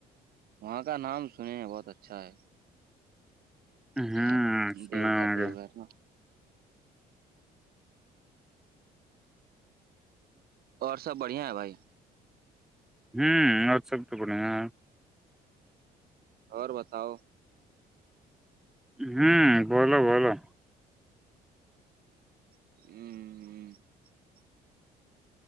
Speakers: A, on the right; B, in the centre.
A: وہاں کا نام سنے ہیں بہت اچھا ہے
B: ہوں
A: چار
B: سنا
A: دیو گھر
B: ہوں
A: دیو
B: گے
A: گھر ن ہ اور سب بڑھیا ہے بھائی
B: ہم اور سب تو بڑھیا ہے
A: اور بتاؤ
B: ہوں بولو بولو
A: ہوں ہ